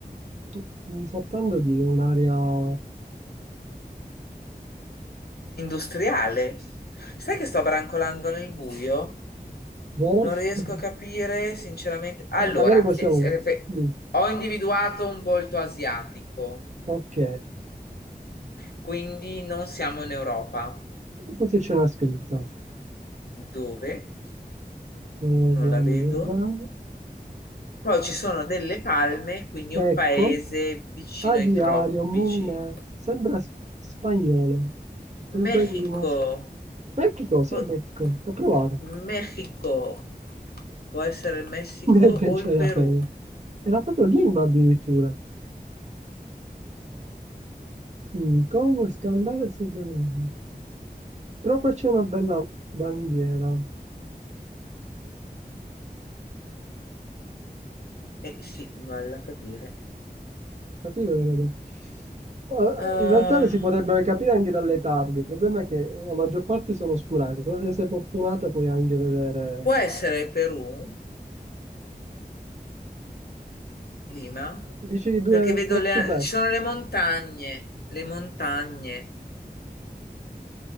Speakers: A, on the right; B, on the left.
A: tu- mi sto trattando di un'area... no,
B: Industriale. Sai che sto brancolando nel buio?
A: boh.
B: Non riesco
A: <laughs>
B: a capire, sinceramente. Allora,
A: No, magari possiamo...
B: fi- eh, fe-
A: di-
B: ho individuato un volto asiatico,
A: Ok,
B: quindi non siamo in Europa.
A: forse c'è una scritta.
B: Dove?
A: Dobbiamo
B: non la vedo.
A: guardare.
B: Poi ci sono delle palme, quindi
A: Ecco,
B: un paese vicino
A: aviario,
B: ai tropici.
A: Molinare, sembra s- spagnolo. Comunque
B: Messico.
A: di uno Mexico, sì,
B: O-
A: Mexico, ho provato.
B: Messico. Può essere il Messico
A: <laughs> E
B: o
A: Invece
B: il
A: era
B: Perù.
A: per... Era proprio Lima addirittura. Mm, Congo, Scandale, Sud-America. Però qua c'è una bella bandiera.
B: Eh sì, vale a capire.
A: Capire, vedete. Eh,
B: Ah,
A: in realtà le si potrebbero capire anche dalle targhe. Il problema è che eh, la maggior parte sono oscurate. Però se sei fortunata puoi anche vedere...
B: può essere il Perù, Lima,
A: Dici due
B: perché vedo
A: back
B: le,
A: to back.
B: ci sono le montagne, le montagne.
A: Mm.